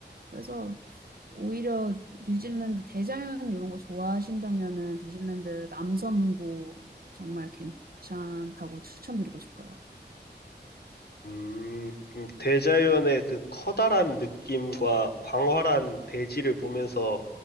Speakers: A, on the right; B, on the left.
A: 그래서 오히려 뉴질랜드 대자연 이런 거 좋아하신다면은 뉴질랜드 남섬도 정말 괜찮다고 추천드리고 싶어요.
B: 음, 좀 대자연의 그 커다란 느낌과 광활한 대지를 보면서